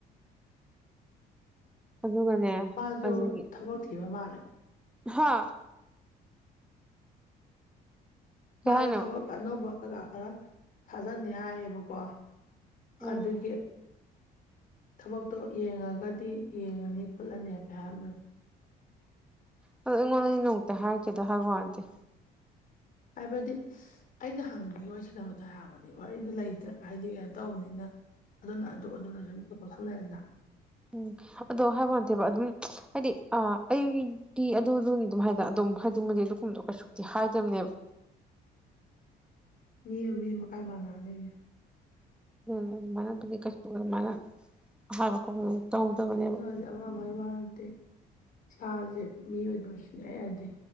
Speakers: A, in the centre; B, on the left (about 50°).
A: ꯑꯗꯨꯒꯅꯦ
B: ꯃꯥꯁꯨ
A: ꯑꯗꯨꯗꯒꯤ
B: ꯊꯕꯛ ꯊꯤꯕ ꯃꯥꯜꯦ
A: ꯍꯥ ꯀꯩ
B: ꯃꯥꯁꯨ
A: ꯍꯥꯏꯅꯣ
B: ꯊꯕꯛ ꯑꯅꯧꯕ ꯀꯩꯀꯥ ꯈꯔ ꯊꯥꯖꯟꯅꯤ ꯍꯥꯏꯌꯦꯕꯀꯣ
A: ꯎꯝ
B: ꯑꯗꯒꯤ ꯊꯕꯛꯇꯣ ꯌꯦꯡꯉꯒꯗꯤ ꯌꯦꯡꯉꯅꯤ ꯈꯣꯠꯂꯅꯤ ꯍꯥꯏꯕ ꯍꯥꯏꯝꯕꯅꯤ
A: ꯑꯗꯣ ꯑꯩꯉꯣꯟꯗꯗꯤ ꯅꯣꯡꯃꯨꯛꯇ ꯍꯥꯏꯔꯛꯀꯦꯗꯣ ꯍꯒꯋꯥꯟꯗꯤꯦ
B: ꯍꯥꯏꯕꯗꯤ ꯑꯩꯅ ꯍꯪꯕꯒꯤ ꯑꯣꯏꯁꯕꯗ ꯍꯥꯏꯕꯅꯤ ꯋꯥꯔꯤꯗꯨ ꯂꯩꯇ꯭ꯔ ꯍꯥꯏꯗꯤ ꯀꯩꯅꯣ ꯇꯧꯕꯅꯤꯅ ꯑꯗꯨꯅ ꯑꯗꯨ ꯑꯗꯨꯅ ꯁꯨꯝ ꯄꯨꯣꯊꯣꯛꯁꯜꯂꯛꯑꯦꯅ
A: ꯎꯝ ꯑꯗꯣ ꯍꯥꯏꯕꯇꯦꯕ ꯑꯗꯨꯝ ꯍꯥꯏꯗꯤ ꯑ ꯑꯩꯗꯤ ꯑꯗꯨꯗꯨꯅ ꯑꯗꯨꯝ ꯍꯥꯏꯅ ꯑꯗꯨꯝ ꯍꯥꯏꯗꯤ ꯃꯗꯤ ꯑꯗꯨꯒꯨꯝꯕꯗꯣ ꯀꯩꯁꯨꯛꯇꯤ ꯍꯥꯏꯗꯕꯅꯦꯕ
B: <inaudible> ꯃꯤ ꯑꯃ ꯃꯤ ꯑꯃ ꯀꯥꯏ ꯃꯥꯟꯅꯔꯅꯤꯒꯦ
A: ꯎ ꯑꯗꯨ ꯃꯅꯗꯤ ꯀꯁ ꯃꯅ ꯍꯥꯏꯕ ꯇꯧꯗꯕꯅꯦꯕ
B: ꯅꯁꯦ ꯑꯃ ꯑꯃꯒꯤ ꯋꯥ ꯅꯠꯇꯦ ꯏꯁꯥꯁꯦ ꯃꯤꯑꯣꯏꯗꯕ ꯁꯨꯡꯅꯤꯌꯥ ꯌꯥꯗꯦ